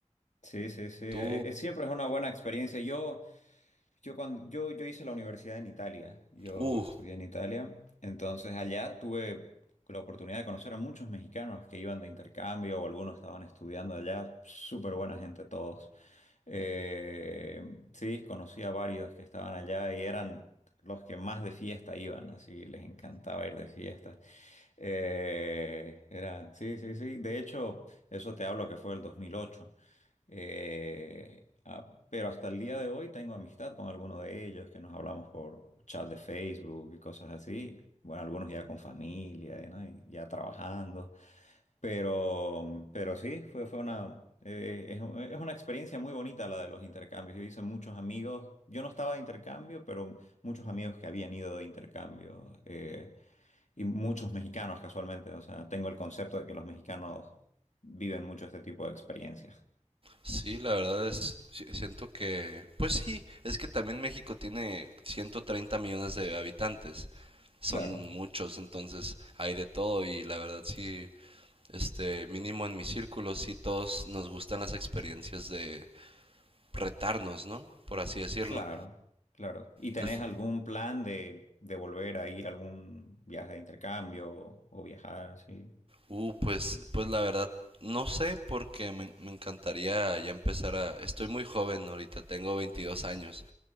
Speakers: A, on the left; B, on the right.
A: Sí, sí, sí. e-
B: Tú,
A: e- siempre es una buena experiencia. Yo, yo, cuando, yo, yo hice la universidad en Italia. Yo
B: uh,
A: estudié en Italia. Entonces allá tuve la oportunidad de conocer a muchos mexicanos que iban de intercambio o algunos estaban estudiando allá. Súper buena gente todos. Eh, sí, conocí a varios que estaban allá y eran los que más de fiesta iban. Así les encantaba ir de fiesta. Eh, era, sí, sí, sí. De hecho, eso te hablo que fue el 2008. Eh, ah, pero hasta el día de hoy tengo amistad con algunos de ellos que nos hablamos por chat de Facebook y cosas así. Bueno, algunos ya con familia, ¿no? Y ya trabajando. Pero, pero sí, fue, fue una, eh, es, un- es una experiencia muy bonita la de los intercambios. Yo hice muchos amigos, yo no estaba de intercambio, pero muchos amigos que habían ido de intercambio eh, y muchos mexicanos casualmente. O sea, tengo el concepto de que los mexicanos viven mucho este tipo de experiencias.
B: sí, la verdad es, si- siento que, pues sí, es que también México tiene 130 millones de habitantes. son
A: Claro,
B: muchos, entonces hay de todo y la verdad sí, este, mínimo en mi círculo, sí todos nos gustan las experiencias de retarnos, ¿no? Por así decirlo.
A: claro, claro. ¿Y tenés
B: Al- f-
A: algún plan de, de volver a ir a algún viaje de intercambio o, o viajar así?
B: Uh, pues, pues la verdad, no sé porque me, me encantaría ya empezar a... Estoy muy joven ahorita, tengo 22 años,